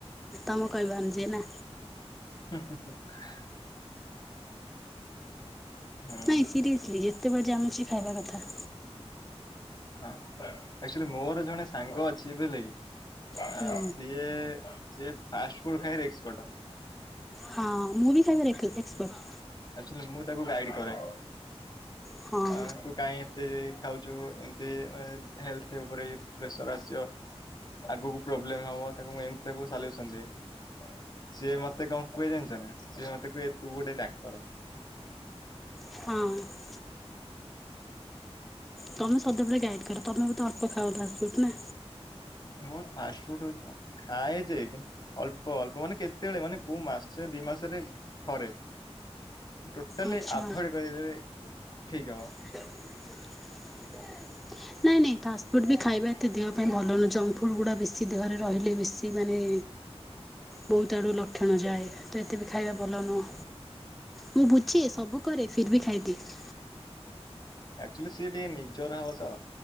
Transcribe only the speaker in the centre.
ତମ କହିବ ଅନୁଯାଇ ନା।
ନାଇଁ ସିରୟେସଲି ଯେତେବେଳେ ଯାହା ମିଳୁଛି ଖାଇବା କଥା।
ହୁଁ
ହଁ ମୁଁ ଭି ଖାଇବା ରେ ଏକ ଏକ୍ସପର୍ଟ୍।
ହଁ
ହଁ। ତମେ ସଦାବେଳେ ଗାଇଡ କର ତମେ ବୋଧେ ଅଳ୍ପ ଖାଅ ଫାଷ୍ଟ୍ ଫୁଡ୍ ନା।
ଆଚ୍ଛା।
<unintelligible> ନାଇଁ ନାଇଁ ଫାଷ୍ଟଫୁଡ଼ ବି ଖାଇବା ଏତେ ଦେହ ପାଇଁ ଭଲ ନୁହଁ ଜଙ୍କ୍ ଫୁଡ୍ ଗୁଡ଼ା ବେଶୀ ଦେହରେ ରହିଲେ ବେଶୀ ମାନେ
ବହୁତ ଆଡ଼ୁ ଲକ୍ଷଣ ଯାଏ ତ ଏତେ ବି ଖାଇବା ଭଲ ନୁହଁ। ମୁଁ ବୁଝେ ସବୁ କରେ ଫିର୍ ଭି ଖାଇଦିଏ।